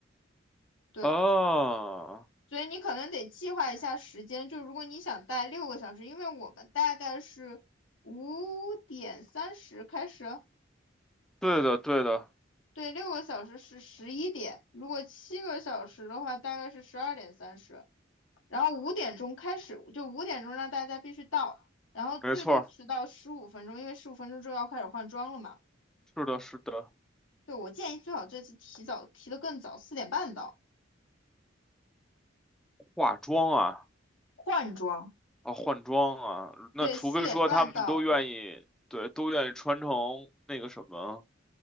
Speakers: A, on the left (about 85°); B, in the centre.
A: 对，
B: 啊，
A: 所以你可能得计划一下时间，就如果你想带六个小时，因为我们大概是五点三十开始哦，
B: 对的对的，
A: 对，六个小时是十一点，如果七个小时的话大概是十二点三十，然后五点钟开始，就五点钟让大家必须到，然后最多迟到十五分钟，
B: 没错儿，
A: 因为十五分钟之后要开始换装了嘛。
B: 是的是的。
A: 对，我建议最好这次提早提得更早，四点半到
B: 化妆啊
A: 换装。
B: 啊，换装啊，那除非说他们都愿意，
A: 对，四点半到，
B: 对，都愿意穿成那个什么，